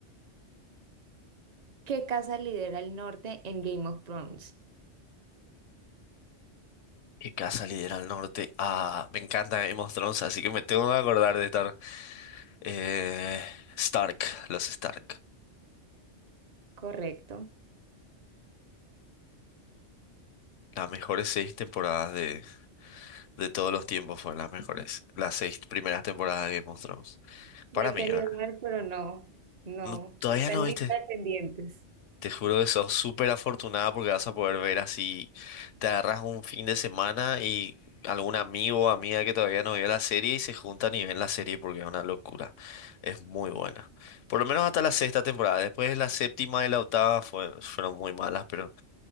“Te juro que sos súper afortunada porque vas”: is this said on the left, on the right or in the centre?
Left